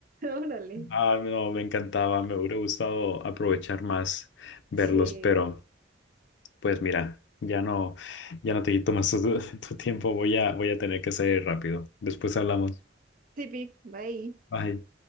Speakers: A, on the right (about 45°); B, on the left (about 70°).
A: Órale.
B: Ah, no, me encantaba, me hubiera gustado aprovechar más verlos,
A: Sí.
B: pero pues mira, ya no, ya no te quito más tu, <laughs> tu tiempo, voy a, voy a tener que salir rápido. Después hablamos.
A: Sí, vi. Bye.
B: Bye.